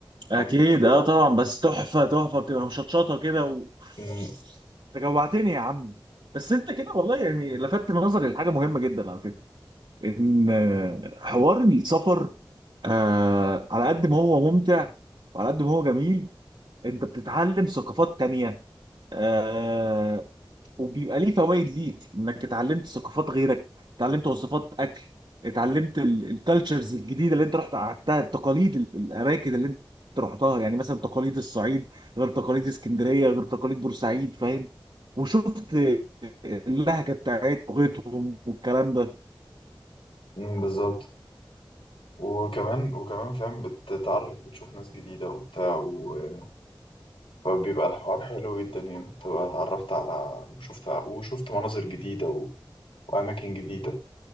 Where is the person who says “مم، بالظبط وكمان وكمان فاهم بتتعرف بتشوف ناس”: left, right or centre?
Left